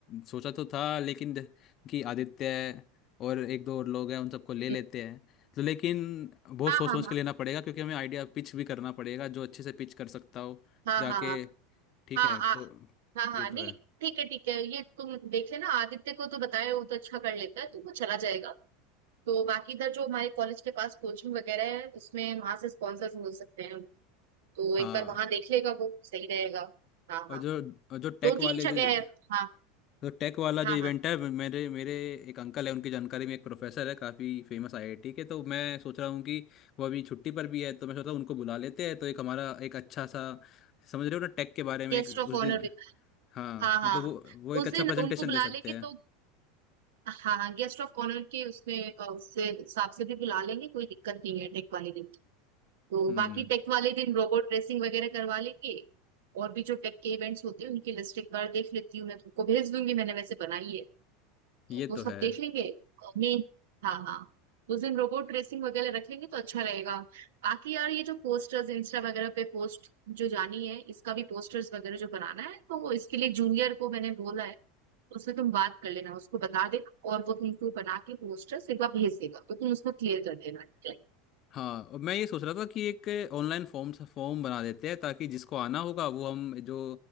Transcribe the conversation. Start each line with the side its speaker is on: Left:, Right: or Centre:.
Left: सोचा तो था लेकिन ज- कि आदित्य है और एक दो और लोग हैं उन सबको ले
Right: हम्म,
Left: लेते हैं तो लेकिन बहुत
Right: हाँ
Left: सोच
Right: हाँ
Left: सोच के लेना पड़ेगा क्योंकि हमें आइडिया पिच भी करना पड़ेगा जो अच्छे से पिच कर सकता हो
Right: हाँ
Left: जाके
Right: हाँ
Left: ठीक
Right: हाँ
Left: है
Right: हाँ हाँ
Left: तो
Right: हाँ हाँ
Left: ये
Right: हाँ,
Left: तो
Right: नहीं
Left: है
Right: ठीक है ठीक है ये तुम देख लेना आदित्य को तो बताए वो तो अच्छा कर लेता है तो वो चला जाएगा तो बाकी इधर जो हमारे कॉलेज के पास कोचिंग वगैरह है उसमें वहां से स्पॉन्सर्स मिल सकते हैं तो
Left: हाँ
Right: एक बार वहां देख लेगा वो सही रहेगा हाँ
Left: और
Right: हाँ
Left: जो और जो टेक
Right: दो
Left: वाले
Right: तीन
Left: जो-
Right: जगह है हाँ
Left: तो टेक वाला जो
Right: हाँ
Left: इवेंट
Right: हाँ
Left: है मेरे मेरे एक अंकल है उनकी जानकारी में एक प्रोफेसर है काफ़ी फेमस आईआईटी के तो मैं सोच रहा हूँ कि वो अभी छुट्टी पर भी है तो मैं सोच रहा हूँ उनको बुला लेते हैं तो एक हमारा एक अच्छा सा समझ रहे हो ना टेक के बारे
Right: गेस्ट
Left: में एक
Right: ऑफ
Left: उस दिन
Right: ऑनर भी
Left: हाँ
Right: हाँ हाँ
Left: मतलब वो वो एक
Right: उस
Left: अच्छा
Right: दिन
Left: प्रेजेंटेशन
Right: उनको बुला
Left: दे सकते
Right: लेंगे
Left: हैं
Right: तो हाँ हाँ गेस्ट ऑफ ऑनर के उसमें अ, उससे हिसाब से भी बुला लेंगे कोई दिक्कत नहीं है टेक वाले दिन तो
Left: हम्म
Right: बाकी टेक वाले दिन रोबोट ड्रेसिंग वगैरह करवा लेंगे और भी जो टेक के इवेंट्स होते हैं उनकी लिस्ट एक बार देख लेती हूँ मैं तुमको भेज दूंगी मैंने वैसे बनाई है तो
Left: ये
Right: वो
Left: तो
Right: सब
Left: है
Right: देख लेंगे मैं हाँ हाँ उस दिन रोबोट रेसिंग वगैरह रख लेंगे तो अच्छा रहेगा बाकी यार ये जो पोस्टर्स इंस्टा वगैरह पे पोस्ट जो जानी है इसका भी पोस्टर्स वगैरह जो बनाना है तो वो इसके लिए जूनियर को मैंने बोला है उससे तुम बात कर लेना उसको बता देना और वो तुमको बना के पोस्टर्स एक बार भेज देगा तो तुम उसको क्लियर कर देना ठीक है
Left: हाँ और मैं ये सोच रहा था कि एक ऑनलाइन फॉर्म फॉर्म बना देते हैं ताकि जिसको आना होगा वो हम जो